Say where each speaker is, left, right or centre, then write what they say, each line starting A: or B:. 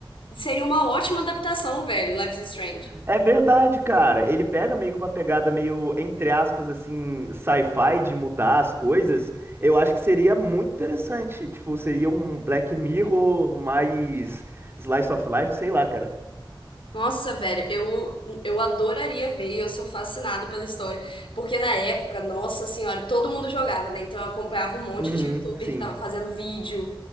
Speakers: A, on the left; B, on the right.
A: seria uma ótima adaptação, velho, Life is Strange.
B: É verdade, cara. Ele pega meio que uma pegada meio, entre aspas, assim, sci-fi de mudar as coisas. Eu acho que seria muito interessante. Tipo, seria um Black Mirror mais slice of life, sei lá, cara.
A: Nossa, velho, eu, eu adoraria ver e eu sou fascinada pela história. Porque na época, nossa senhora, todo mundo jogava, né? Então eu acompanhava um monte
B: Uhum,
A: de youtuber
B: sim.
A: que tava fazendo vídeo.